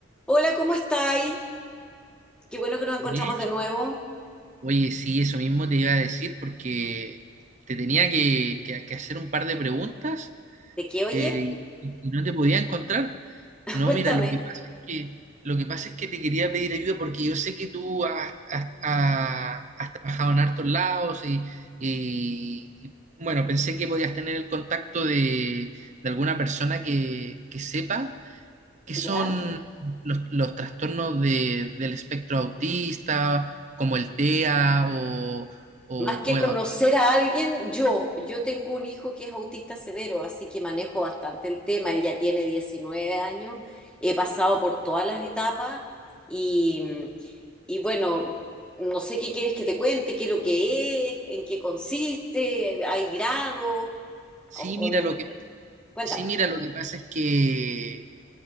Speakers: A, in the centre; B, on the right (about 35°).
A: Hola, ¿cómo estáis? Qué bueno que nos encontramos
B: Bien,
A: de nuevo.
B: oye, sí, eso mismo te iba a decir porque te tenía que, que- que hacer un par de preguntas
A: ¿De qué, oye?
B: eh, y, y no te podía encontrar.
A: <laughs>
B: No,
A: Cuéntame.
B: mira, lo que pasa es que, lo que pasa es que te quería pedir ayuda porque yo sé que tú has, has- ha- has trabajado en hartos lados y, y- y, bueno, pensé que podías tener el contacto de, de alguna persona que, que sepa que son
A: ¿Ya?
B: los, los trastornos de- del espectro autista, como el TEA o, o-
A: Más que
B: o el
A: conocer
B: autismo.
A: a alguien, yo, yo tengo un hijo que es autista severo, así que manejo bastante el tema. Él ya tiene 19 años, he pasado por todas las etapas y, y bueno, no sé qué quieres que te cuente, qué es lo que es, en qué consiste, hay grados,
B: Sí,
A: o- obviamente.
B: mira, lo que,
A: Cuéntame.
B: sí, mira, lo que pasa es que